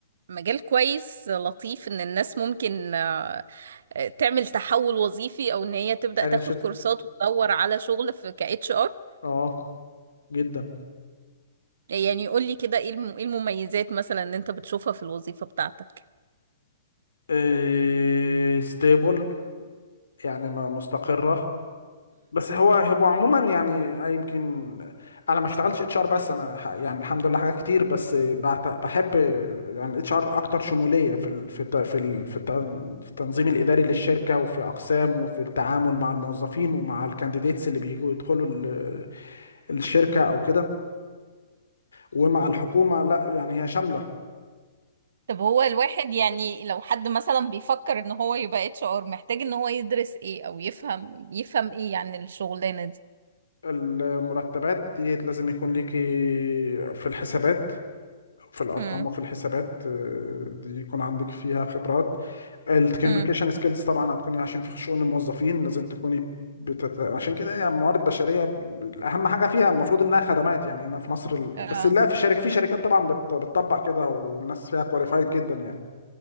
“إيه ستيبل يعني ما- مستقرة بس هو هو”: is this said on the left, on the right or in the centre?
Left